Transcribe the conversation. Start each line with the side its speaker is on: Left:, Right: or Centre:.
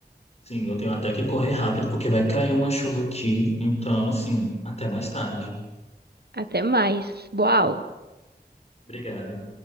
Left: Sim, eu tenho até que correr rápido porque vai cair uma chuva aqui, então assim, até mais tarde.
Right: Até mais. Boa aula.
Left: Obrigado.